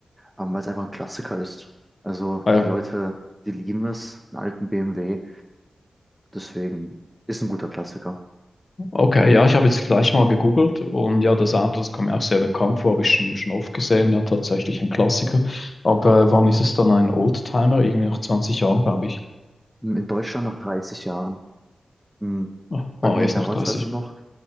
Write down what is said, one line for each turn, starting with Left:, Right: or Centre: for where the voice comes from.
Centre: ähm, weil es einfach ein Klassiker ist. Also
Left: Ah ja,
Centre: die Leute, die lieben es, einen alten BMW, deswegen ist ein guter Klassiker.
Left: okay, ja, ich habe jetzt gleich mal gegoogelt und ja, das Auto, das kommt mir auch sehr bekannt vor, habe ich schon, schon oft gesehen, ja, tatsächlich ein Klassiker. Aber äh, wann ist es dann ein Oldtimer? Irgendwie nach 20 Jahren, glaube ich.
Centre: Mm, In Deutschland nach 30 Jahren. Mm,
Left: Ah,
Centre: Bei
Left: oh,
Centre: mir
Left: jetzt
Centre: dauert
Left: noch 30.
Centre: es also noch,